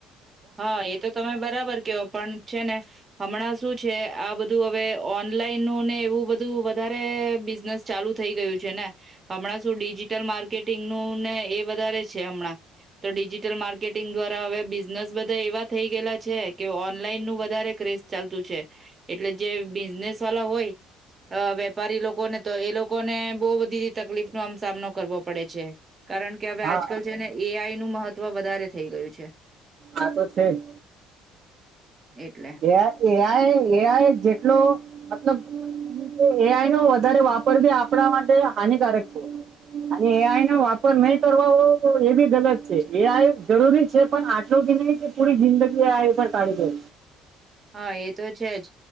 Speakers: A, on the right; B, on the right.
A: હા એ તો તમે બરાબર કેવો પણ છે ને હમણાં શું છે આ બ ધુ હવે ઓનલાઈન નું ને એવું બધું વધારે બિઝનેસ ચાલુ થઈ ગયું છે ને હમણાં શું ડીજીિટલ માર્કેટિંગ નું ને એ વધ છે હમણાં તો ડિજીિટલ માર્કેટિંગ દ્વારા હવે બીઝ બઝનેસ બધા એવા થઈ ગયેલા છે કે ઓનલાઈન નું વધારે ક્રેઝ ચાલતું છે એટલે જે બિઝનેસ વાલા હોય વેપારી લોકોને તો એ લોકોને બો બધી તકલીફ નો આમ સામનો કરવો પડે છે. કારણ કે હવે
B: હા
A: આજકાલ
B: હા
A: છે ને એ આઈ નું મહત્વ વધારે થઈ ગયું છે.
B: આ તો છે જ
A: એટલે.
B: એ એઆઈ એઆઈ જેટલો મતલબ એઆઈ નો વધારે વાપર બી આપણા માટે હાનિકારક છે અને એઆઈ નો વાપર નહી કરવા એ બી ગલત છે એઆઈ જરૂરી છે પણ આટલું બી નહી કે પૂરી જિંદગી એઆઈ ઉપર કાઢી ડે.
A: હા એ તો છે જ